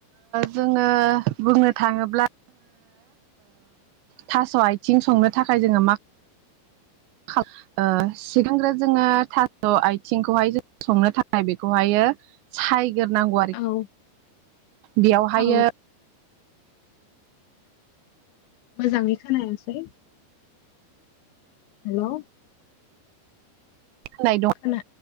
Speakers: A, on the right (about 85°); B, on the left (about 85°).
A: जोङो बुंनो थाङोब्ला थास' आथिं संनो थाखाय जोङो मा <inaudible> सिगांग्रो जोङो थास' आथिंखौहाय जों संनो थाखाय बेखौहायो। सायग्रो नांगौ
B: औ
A: बेयावहायो
B: औ मोजाङै खोनायासै हेलौ
A: होननाय दं
B: खोना